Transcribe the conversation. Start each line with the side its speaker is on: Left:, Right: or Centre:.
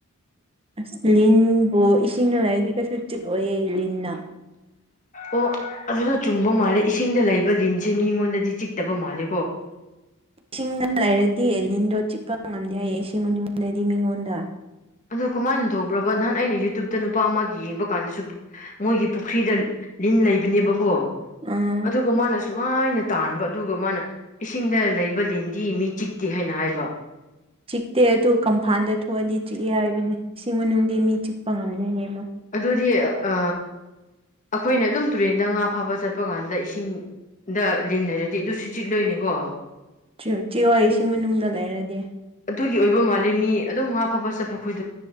Right: ꯑꯁ ꯂꯤꯟꯕꯨ ꯏꯁꯤꯡꯅ ꯂꯥꯏꯔꯗꯤ ꯀꯩꯁꯨ ꯆꯤꯛꯂꯣꯢꯌꯦ ꯂꯤꯟꯅ
Left: ꯑꯣ ꯑꯗꯨꯗ ꯆꯨꯝꯕ ꯃꯥꯜꯂꯦ ꯏꯁꯤꯡꯗ ꯂꯩꯕ ꯂꯤꯟꯁꯦ ꯃꯤꯉꯣꯟꯗꯗꯤ ꯆꯤꯛꯇꯕ ꯃꯥꯜꯂꯦ
Right: ꯢꯁꯤꯡꯅ ꯂꯩꯔꯗꯤ ꯑꯦ ꯂꯤꯟꯗꯣ ꯆꯤ ꯄ ꯉꯝꯗꯦ ꯍꯌꯦ ꯏꯁꯤꯡ ꯃꯅꯨꯡꯗꯗꯤ ꯃꯤꯉꯣꯟꯗ
Left: ꯑꯗꯣ ꯀꯃꯥꯏꯅ ꯇꯧꯕ꯭ꯔꯕ ꯅꯍꯥꯟ ꯑꯩꯅ ꯌꯨꯇ꯭ꯌꯨꯕꯇ ꯅꯨꯄꯥ ꯑꯃꯒꯤ ꯌꯦꯡꯕ ꯀꯥꯟꯗꯁꯨ ꯃꯣꯏꯒꯤ ꯄꯨꯈ꯭ꯔꯤꯗ ꯂꯤꯟ ꯂꯩꯕꯅꯦꯕꯀꯣ
Right: ꯎꯝ
Left: ꯑꯗꯨꯒ ꯃꯥꯅꯁꯨ ꯁꯨꯃꯥꯏꯅ ꯇꯥꯟꯕ ꯑꯗꯨꯒ ꯃꯥꯅ ꯏꯁꯤꯡꯗ ꯂꯩꯕ ꯂꯤꯟꯗꯤ ꯃꯤ ꯆꯤꯛꯇꯦ ꯍꯥꯏꯅ ꯍꯥꯏꯕ
Right: ꯆꯤꯛꯇꯦ ꯑꯗꯨ ꯀꯝꯐꯥꯟꯗ ꯊꯣꯛꯑꯗꯤ ꯆꯤꯛꯑꯦ ꯍꯥꯏꯕꯅꯤ ꯏꯁꯤꯡ ꯃꯅꯨꯡꯗꯤ ꯃꯤ ꯆꯤꯛꯄ ꯉꯝꯗꯦ ꯃꯣꯏ
Left: ꯑꯗꯨꯗꯤ ꯑ ꯑꯩꯈꯣꯏꯅ ꯑꯗꯨꯝ ꯇꯨꯔꯦꯟꯗ ꯉꯥ ꯐꯥꯕ ꯆꯠꯄ ꯀꯥꯟꯗ ꯏꯁꯤꯡ ꯗ ꯂꯤꯟ ꯂꯩꯔꯗꯤ ꯑꯗꯨꯁꯨ ꯆꯤꯛꯂꯣꯏꯅꯦꯀꯣ
Right: ꯆꯤꯛ ꯆꯤꯛꯑꯣꯢ ꯏꯁꯤꯡ ꯃꯅꯨꯡꯗ ꯂꯩꯔꯗꯤ
Left: ꯑꯗꯨꯒꯤ ꯑꯣꯏꯕ ꯃꯥꯜꯂꯦ ꯃꯤ ꯑꯗꯨꯝ ꯉꯥ ꯐꯕ ꯆꯠꯄ ꯈꯣꯢ